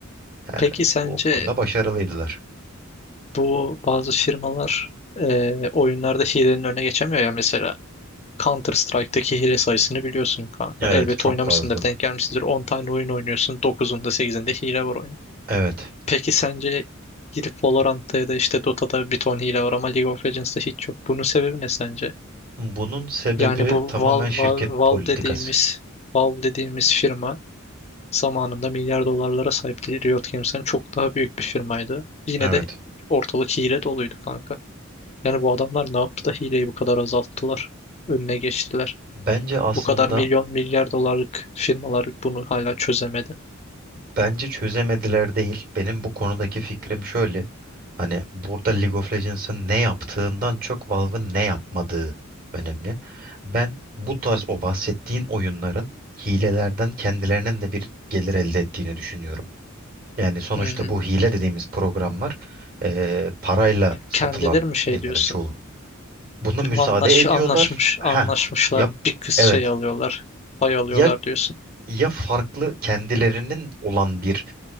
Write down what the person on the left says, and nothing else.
Peki sence
bu bazı firmalar e, oyunlarda hilenin önüne geçemiyor ya mesela. Counter Strike'daki hile sayısını biliyorsun kanka.
Elbet
oynamışsındır,
denk gelmişsindir. 10 tane oyun oynuyorsun. dokuzunda sekizinde hile var oyunun.
Peki sence girip Valorant'ta ya da işte Dota'da bir ton hile var ama League of Legends'ta hiç yok. Bunun sebebi ne sence?
Yani bu
Valve,
Valve, Valve
dediğimiz Valve dediğimiz firma zamanında milyar dolarlara sahipti. Riot Games'ten çok daha büyük bir firmaydı. Yine
de ortalık hile doluydu kanka. Yani bu adamlar ne yaptı da hileyi bu kadar azalttılar? Önüne geçtiler.
Bu kadar milyon milyar dolarlık firmalar bunu hala çözemedi.
Hmm.
Kendileri mi şey
diyorsun?
Anlaş,
anlaşmış,
anlaşmışlar.
Bir kız
şey alıyorlar, pay alıyorlar
diyorsun.